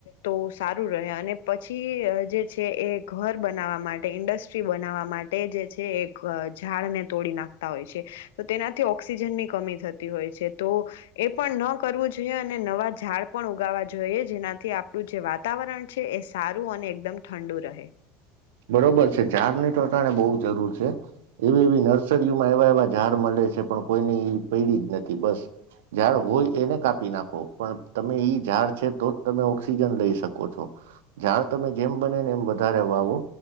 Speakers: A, on the left; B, on the right.
A: તો સારું રહે અને પછી જે છે એ ઘર બનાવવા માટે, ઇન્ડસ્ટ્રી બનાવવા માટે જે છે એ ઝાડને તોડી નાખતા હોય છે, તો તેનાથી ઓક્સિજનની કમી થતી હોય છે તો એ પણ ન કરવું જોઈએ અને નવા ઝાડ પણ ઉગાવા જોઈએ જેનાથી આપું જે વાતાવરણ છે એ સારું અને એકદમ ઠંડુ રહે.
B: બરોબર છે ઝાડની તો તને બહુ જરૂર છે, એવી એવી નર્સરીઓમાં એવા એવા ઝાડ મળે છે પણ કોઈને પૈડી જ નથી બસ ઝાડ હોય એને કાપી નાખો પણ તમે ઈ ઝાડ છે તો જ તમે ઓક્સિજન લઈ શકો છો ઝાડ તમે જેમ બને ને એમ વધારે વાવો.